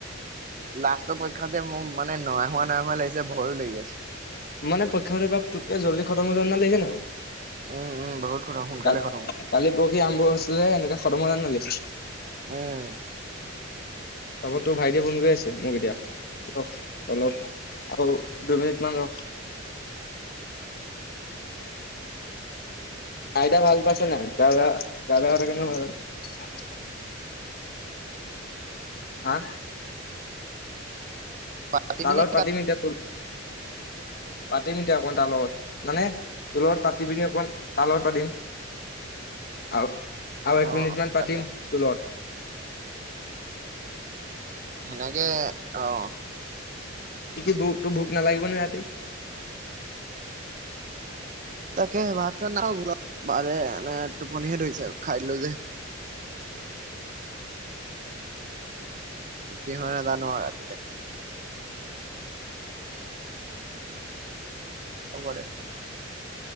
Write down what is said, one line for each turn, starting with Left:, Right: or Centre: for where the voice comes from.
Right: ফাষ্টৰ পৰীক্ষা যে মোৰ মানে নাই হোৱা নাই হোৱা লাগিছে ভয়ো লাগি আছে।
Left: মানে পৰীক্ষাটো পুতুককে জল্দি খতম হৈ যোৱা নিচিনা লাগিছে নাই বাৰ?
Right: উম, উম, বহুত খতম সোনকালে
Left: কাল
Right: খতম
Left: কালি পৰহি আৰম্ভ হৈছিলহে এনেকে খতম হৈ যোৱা নিচিনা লাগিছে।
Right: উম।
Left: তাৰপা তোৰ ভাইটিয়ে ফোন কৰি আছে। মোক এতিয়া ৰখ অলপ আৰু দুই মিনিট মান ৰখ আইতা ভাল পাইছ নাই গা গা বেয়া হৈ থাকে নহয় মাজে মাজে। হা
Right: পাতিবিনে
Left: তাৰ লগত পাতিম এতিয়া। পাতিম এতিয়া অকণ তাল লগত মানে তোৰ লগত পাতি পিনি অকণ তাল লগত পাতিম। আৰু, আৰু এক
Right: অ',
Left: মিনিট
Right: অ',
Left: মান পাতিম
Right: তাকে
Left: তো লগত।
Right: সেনেকে অ'
Left: কি কি ভোক তোৰ ভোক নালাগিব নে ৰাতি?
Right: তাকে ভাত -চাত নাই বনোৱা মাৰে আহা নাই। টোপনিহে ধৰিছে আও খাই দিলো যে। কি হ'য় নাজানো আও ৰাতিলে। হ'ব দে।